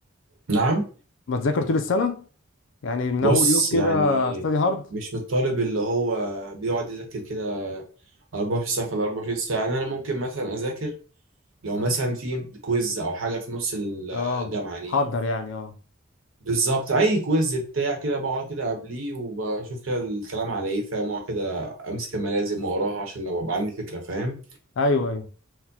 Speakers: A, on the right (about 75°); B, on the left (about 60°).
A: نعم
B: ما تذاكر طول السنه يعني من
A: بص
B: اول يوم كده
A: يعني
B: استادي هارد
A: مش من الطالب اللي هو بيقعد يذاكر كده 24 ساعة في ال 24 ساعة يعني أنا ممكن مثلا أذاكر لو مثلا في كويز أو حاجة في نص الجامعة
B: اه
A: يعني
B: حضر يعني اه
A: بالظبط أي كويز بتاع كده بقعد كده قبليه وبشوف كده الكلام على إيه فاهم وأقعد كده أمسك الملازم وأقراها عشان لو أبقى عندي فكرة فاهم
B: ايوه ايوه